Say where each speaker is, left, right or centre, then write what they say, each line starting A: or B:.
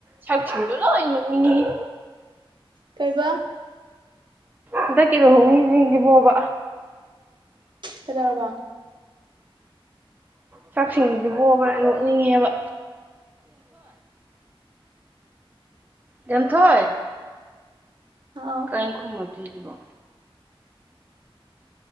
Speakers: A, on the right (about 20°); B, on the right (about 55°).
A: ꯁꯛꯁꯤꯡꯗꯣ ꯂꯣꯏ ꯅꯣꯛꯅꯤꯡꯉꯤ
B: ꯀꯩꯕ
A: ꯍꯟꯗꯛ ꯀꯗꯣ ꯍꯣꯡꯉꯤꯁꯤꯡꯁꯤꯕꯣꯕ
B: ꯀꯧꯗꯧꯔꯕꯥ <inaudible>
A: ꯆꯥꯛꯁꯤꯡꯁꯤꯕꯣꯕꯅ ꯅꯣꯛꯅꯤꯡꯉꯦꯕ ꯑꯗꯨꯝꯊꯣꯏ
B: ꯑ
A: ꯇ ꯈꯨꯨꯝ ꯃꯊꯖꯕ